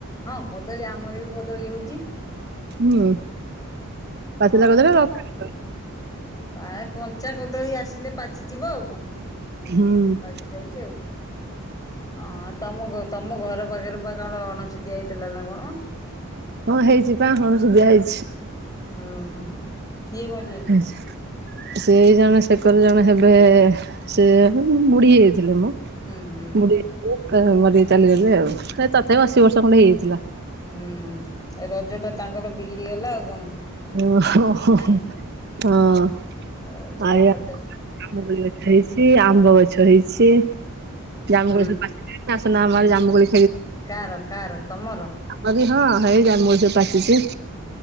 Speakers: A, on the left; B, on the right.
A: ହଁ କଦଳୀ ଆମର ବି କଦଳୀ ହଉଚି।
B: ହୁଁ। ପାଚିଲା
A: ହଁ
B: କଦଳୀ <unintelligible>
A: ପା କଞ୍ଚା କଦଳୀ ଆସିଲେ ପାଚି ଯିବ ଆଉ କଣ?
B: ହୁଁ।
A: ପାଚି ଯାଉଛି ଆଉ ହଁ ଆଉ ତମ କୁ ତୁମ ଘର ପାଖରେ ପା କଣ ଅଣଛୁଦିଆ ହେଇଥିଲା ନା କଣ?
B: ହଁ ହେଇଛି ବା ଅଣ ସୁଦିଆ ହେଇଛି।
A: ହୁଁ କିଏ ମ୍
B: <unintelligible> ସେଇ ଜଣେ ଶେକରେ ଜଣେ ହେବେ ସେ ବୁଢୀ ହେଇଯାଇଥିଲେ ମ।
A: ହୁଁ ହୁଁ
B: ବୁଢି ମରିକି ଚାଲିଗଲେ ଆଉ ସେ ତଥାପି ଅଶି ବର୍ଷ ଖଣ୍ଡେ ହେଇଯାଇଥିଲା।
A: ହୁଁ ଏ ରଜ ଟା ତାଙ୍କର ବିଗିଡି ଗଲା ଆଉ କଣ।
B: ଓ ହଁ
A: ନାଇଁ
B: ଆ।
A: ରଜଟା ସାରିଦେଲେ
B: ଜାମୁକୋଳି ଗଛ ହେଇଛି ଆମ୍ବ ଗଛ ହେଇଛି ଜାମୁକୋଳି
A: ହୁଁ।
B: ପଚିଲାନି। ଆସୁନ ଆମ ଆଡେ ଜାମୁକୋଳି
A: କାହାର କାହାର ତମର?
B: ଆମ ବି ହଁ ହେଇ ଜାମୁ ଗଛ ପାଚିଛି।